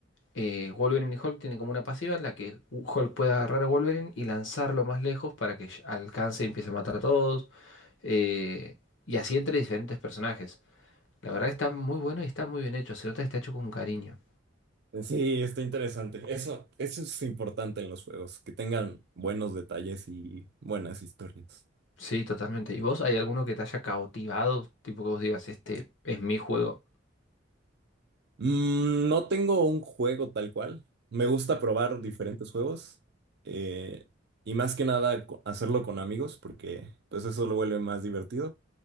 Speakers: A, on the left; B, on the right.
A: eh, Wolverine y Hulk tienen como una pasiva en la que Hulk puede agarrar a Wolverine y lanzarlo más lejos para que alcance y empiece a matar a todos. Eh, y así entre diferentes personajes. La verdad que está muy bueno y está muy bien hecho. Se nota que está hecho con cariño.
B: Sí, está interesante. Eso, eso es importante en los juegos, que tengan buenos detalles y buenas historias.
A: Sí, totalmente. ¿Y vos hay alguno que te haya cautivado? Tipo que vos digas, este es mi juego.
B: Mm, No tengo un juego tal cual. Me gusta probar diferentes juegos eh, y más que nada co- hacerlo con amigos porque pues eso lo vuelve más divertido.